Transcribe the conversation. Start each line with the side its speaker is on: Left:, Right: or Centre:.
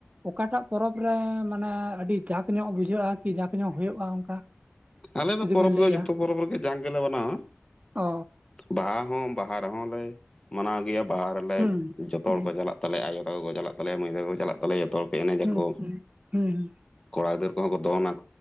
Right: ᱚᱠᱟᱴᱟᱜ ᱯᱚᱨᱚᱵᱽ ᱨᱮ ᱢᱟᱱᱮ ᱟᱹᱰᱤ ᱡᱟᱠ ᱧᱚᱜ ᱵᱩᱡᱷᱟᱹᱜᱼᱟ ᱠᱤ ᱡᱟᱠ ᱧᱚᱜ ᱦᱩᱭᱩᱜᱼᱟ ᱚᱱᱠᱟ
Left: ᱟᱞᱮ ᱫᱚ
Right: ᱡᱩᱫᱤ
Left: ᱯᱚᱨᱚᱵᱽ
Right: ᱵᱮᱱ ᱞᱟᱹᱭᱟ
Left: ᱫᱚ ᱡᱚᱛᱚ ᱯᱚᱨᱚᱵᱽ ᱨᱮᱜᱮ ᱡᱟᱝ ᱜᱮᱞᱮ ᱢᱟᱱᱟᱣᱟ
Right: ᱚ
Left: ᱵᱟᱦᱟ ᱦᱚᱸ ᱵᱟᱦᱟ ᱨᱮᱦᱚᱸ ᱞᱮ ᱢᱟᱱᱟᱣ ᱜᱮᱭᱟ ᱵᱟᱦᱟ ᱨᱮᱞᱮ
Right: ᱦᱩᱸ
Left: ᱡᱚᱛᱚ
Right: ᱦᱩᱸ
Left: ᱦᱚᱲ ᱠᱚ ᱪᱟᱞᱟᱜ ᱟᱞᱮ ᱟᱭᱳ ᱛᱟᱠᱚ ᱠᱚ ᱪᱟᱞᱟᱜ ᱛᱟᱞᱮᱭᱟ ᱢᱟᱹᱭ ᱛᱟᱠᱚ ᱪᱟᱞᱟᱜ ᱛᱟᱞᱮᱭᱟ ᱡᱚᱛᱚ ᱦᱚᱲ ᱠᱚ ᱮᱱᱮᱡ
Right: ᱦᱩᱸ
Left: ᱟᱠᱚ
Right: ᱦᱩᱸ ᱦᱩᱸ ᱦᱩᱸ
Left: ᱠᱚᱲᱟ ᱜᱤᱫᱟᱹᱨ ᱠᱚᱦᱚᱸ ᱫᱚᱱᱟ